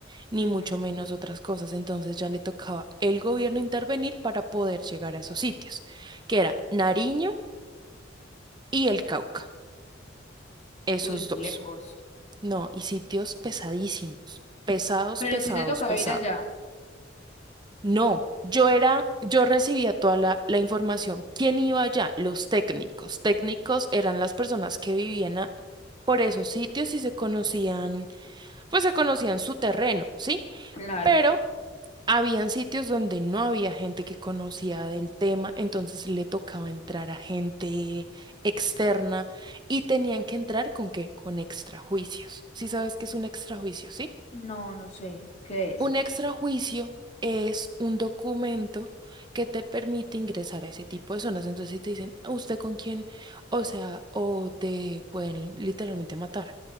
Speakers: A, on the right; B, on the left.
A: ni
B: Ujú.
A: mucho menos otras cosas. Entonces ya le tocaba el gobierno intervenir para poder llegar a esos sitios, que era Nariño y el Cauca, esos
B: Uy, muy
A: dos.
B: lejos.
A: No, y sitios pesadísimos, pesados,
B: Pero
A: pesados,
B: a ti te toca
A: pesados.
B: ir allá.
A: No, yo era, yo recibía toda la, la información. ¿Quién iba allá? Los técnicos. Técnicos eran las personas que vivían a- por esos sitios y se conocían, pues se conocían su terreno, ¿sí?
B: Claro.
A: Pero habían sitios donde no había gente que conocía del tema, entonces le tocaba entrar a gente externa y tenían que entrar con qué, con extrajuicios. Sí sabes qué es un extrajuicio, ¿sí?
B: No, no sé. ¿Qué es?
A: Un extrajuicio es un documento que te permite ingresar a ese tipo de zonas. Entonces, si te dicen, "¿A ¿usted con quién? O sea, o te pueden literalmente matar,